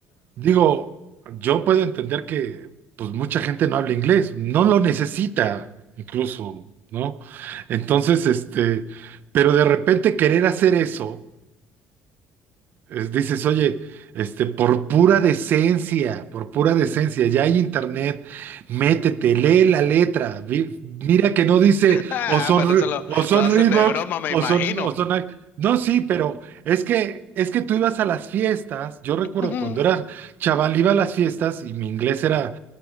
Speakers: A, on the right; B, on the left.
A: Digo, yo puedo entender que pues mucha gente no habla inglés, no lo necesita incluso, ¿no? Entonces, este, pero de repente querer hacer eso. Es- dices, oye, este, por pura decencia, por pura decencia, ya hay internet, métete, lee la letra, vi- mira que no dice
B: Ah,
A: o son,
B: pero eso
A: Re-
B: lo,
A: o son
B: lo hacen
A: Reebok
B: de broma, me
A: o
B: imagino.
A: son, o son Nike. No, sí, pero es que, es que tú ibas a las fiestas, yo recuerdo
B: <laughs>
A: cuando era chaval, iba a las fiestas y mi inglés era